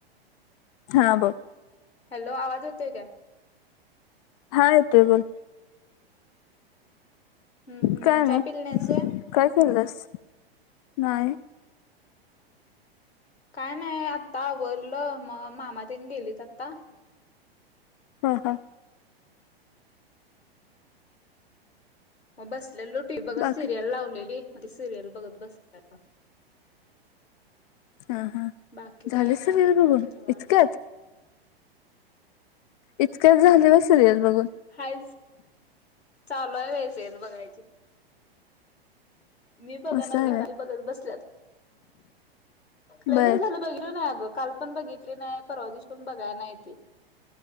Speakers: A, on the left; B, on the left.
A: हा बग.
B: हॅलो आवाज होतोय काय?
A: हा येतोय बोल.
B: हम्म, हम्म,
A: काय नाही
B: चहा पिली नाहीस होय.
A: काय खाल्यास, नाही.
B: काय नाही आत्ता वरलं, म मामातेन गेलीत आता.
A: हा, हा
B: मग बसल्यालो टीव्ही बघत,
A: बाकी
B: सिरियल लावलेली, म सिरियल बघत बसलेलो.
A: हा, हा.
B: बाकी काय
A: झाले
B: नाही
A: सिरियल
B: बग,
A: बघून
B: निवांत
A: इतक्यात
B: हाय.
A: इतक्यात झाल होय सिरीयल बघून.
B: हाईच, चालू हाय बाई सिरीयल बघायची. मी बघना
A: असं
B: घरातली
A: आहे
B: बघत बसल्यात. लई
A: व्हय
B: दिवस
A: बर
B: झाल बघितलं नाही आग काल पण बघितली नाही, परवा दिवशी पण बघाय नाहीं ती